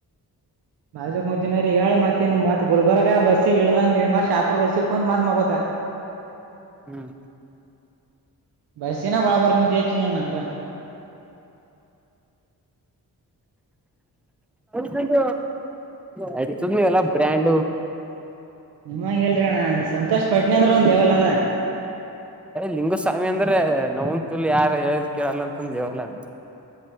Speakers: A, on the right (about 85°); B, in the centre.
A: ಬಾಜು <unintelligible> ಹೇಳಿ ಮತ್ತೆ ಗುಲ್ಬರ್ಗ ಬಸ್ಸಿಳ್ದಿ ಶಪುರ್ ಬಸ್ಸತಿ ಮತ್ತೆ ಮಲಿಕೋತಾ
B: ಹ್ಮ್
A: ಬಸ್ಸಲ್ಲಿ <unintelligible> ತುಂಬಾ ಚೆನ್ನಾಗಿ ನಿದ್ದೆ ಮಾಡಿದೆ
B: ತಂತ ಹಲ್ಲಿ <inaudible> ನೀವು ಎಲ್ಲ ಬ್ರಾಂಡು
A: ನೀವೆಲ್ಲಿ ಅಣ್ಣ ಸಂತೋಷಪಟ್ಟಿಲ್ಲ ಅಂದ್ರು ಒಂದು ಲೆವೆಲ್ ಅಲ್ಲಿ ಇದ್ದೀರಾ
B: ಲಿಂಗಸ್ವಾಮಿ ಅಂದ್ರೆ ನಾವ <unintelligible> ಒಂತೂಲ್ ಯಾರ ಹೇಳ ಕೇಳಲ್ಲ ಅಂತಂದೇವಲ್ಲ <inaudible>